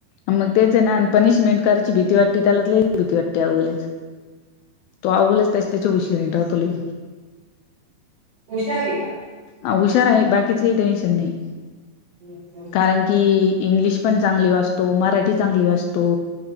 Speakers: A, on the left; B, on the right.
A: मग तेच आहे ना आणि पनिशमेंट कराची भीती वाटते त्याला लची भीती वाटते अवो लईच तो आवलच त्याच त्याच्या उशीरे राहतो लई.
B: मुशाली का.
A: ह हुशार आहे बाकीच काही टेन्शन नाही
B: का
A: कारण कि इंग्लिश पण चांगली वाचतो मराठी चांगली वातो